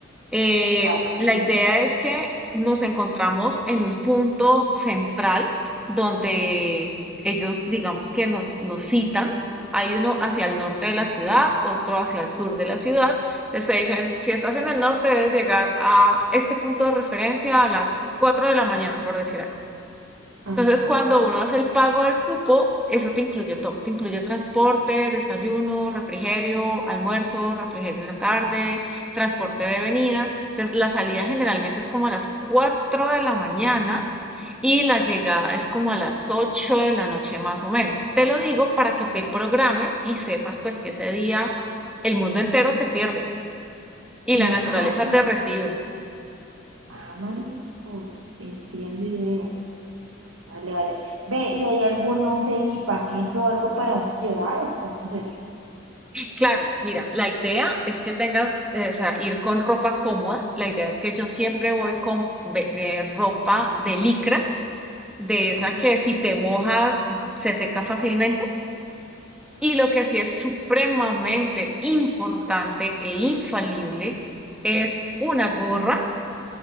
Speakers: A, in the centre; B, on the right.
A: Eh,
B: Vale,
A: la
B: listo.
A: idea es que nos encontramos en un punto central donde ellos, digamos que nos, nos citan. Hay uno hacia el norte de la ciudad, otro hacia el sur de la ciudad. Entonces te dicen, si estás en el norte, debes llegar a este punto de referencia a las 4 de la mañana, por decir
B: Ajá.
A: entonces, cuando uno hace el pago del cupo, eso te incluye todo. Te incluye transporte, desayuno, refrigerio, almuerzo, refrigerio en la tarde, transporte de venida. Entonces, la salida generalmente es como a las 4 de la mañana y la llegada es como a las 8 de la noche más o menos. Te lo digo para que te programes y sepas pues que ese día el mundo entero te pierde y la
B: No,
A: naturaleza
B: ah, mariscos.
A: te recibe.
B: Ah, mariscos. Entiendo y veo. Vale, vale. Ve, ¿y hay algún, no sé, equipamiento o algo para uno llevar o cómo sería?
A: Claro, mira, la idea es que tengas, eh, o sea, ir con ropa cómoda. La idea es que yo siempre voy con ve- eh, ropa de licra, de esa
B: Ajá.
A: que si te mojas se seca fácilmente. Y lo que sí es supremamente importante e infalible es una gorra,